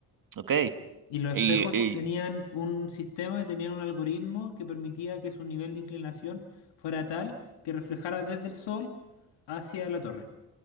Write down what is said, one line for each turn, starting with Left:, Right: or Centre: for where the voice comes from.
Right: Ok.
Left: Y los
Right: Y,
Left: espejos
Right: y
Left: tenían un sistema, tenían un algoritmo que permitía que su nivel de inclinación fuera tal que reflejara desde el sol hacia la torre.